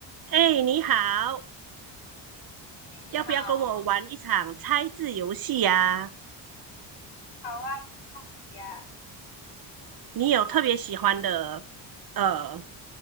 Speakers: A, on the right (about 50°); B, on the left (about 65°).
A: 哎，你好，
B: 哎，你好，
A: 要不要跟我玩一场猜字游戏呀？
B: 好啊呀，
A: 你有特别喜欢的呃